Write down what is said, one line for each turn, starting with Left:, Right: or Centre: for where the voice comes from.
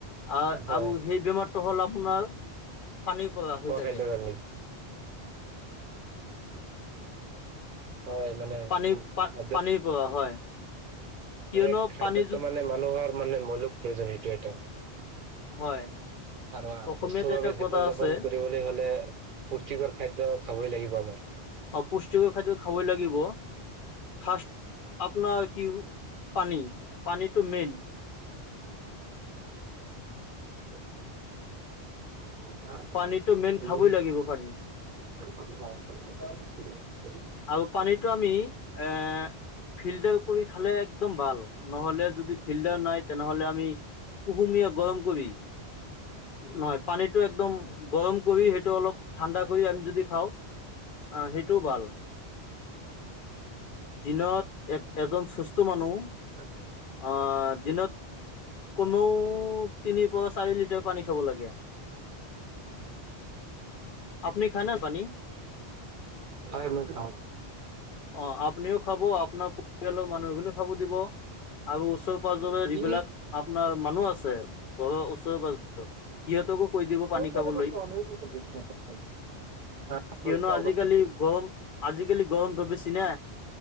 Left: আহ
Right: হয়
Left: আৰু সেই বেমাৰটো হ'ল আপোনাৰ পানী পৰা হৈ
Right: খোৱা
Left: থাকে।
Right: খাদ্যৰ কাৰণে হয় মানে
Left: পানী
Right: উম
Left: প-পানীৰ
Right: খাদ্যত
Left: পৰা, হয়। কিয়নো
Right: মানে খাদ্যটো
Left: পানী যত
Right: মানে মানুহৰ মানে মৌলিক প্ৰয়োজন সেইটো এটা
Left: হয়।
Right: আৰু
Left: অসমীয়াত
Right: সুস্থভাৱে
Left: এটা কথা
Right: জীৱন
Left: আছে
Right: যাপন কৰিবলৈ হ'লে স্পুষ্টিকৰ খাদ্য খাবই লাগিব আমাৰ।
Left: অ', পুষ্টিকৰ খাদ্য খাবই লাগিব, ফাষ্ট আপোনাৰ কি পানী, পানীটো মেইন।
Right: <inaudible>
Left: পানীটো মেইন খাবই লাগিব পানী
Right: <inaudible>
Left: আৰু পানীটো আমি, এ ফিল্টাৰ কৰি খালে একদম ভাল। নহ'লে যদি ফিল্টাৰ নাই তেনে হ'লে আমি কুহুমীয়া গৰম কৰি। নহয় পানীতটো একদম গৰম কৰি। সেইটো অলপ ঠাণ্ডা কৰি আমি যদি খাওঁ অ' সেইটোও ভাল। দিনত এক এজন চুস্থ মানুহ।
Right: <unintelligible>
Left: অ' দিনত কমেওঁ তিনি পৰা চাৰি লিটাৰ পানী খাব লাগে। আপুনি খানা পানী।
Right: হয় মই খাওঁ।
Left: অ' আপুনিও খাব আপোনাৰ পৰিয়ালৰ মানুহ <unintelligible> খাব দিব, আৰু ওচৰে পাজৰে
Right: কি
Left: যিবিলাক
Right: হয়
Left: আপোনাৰ মানুহ আছে, ঘৰৰ ওচৰে পাজৰে সিহঁতকো কৈ দিব।
Right: <unintelligible>
Left: পানী খাবলৈ কিয়নো
Right: কওক
Left: আজিকালি
Right: আপুনি।
Left: গৰম, আজিকালি গৰমটো বেছি না।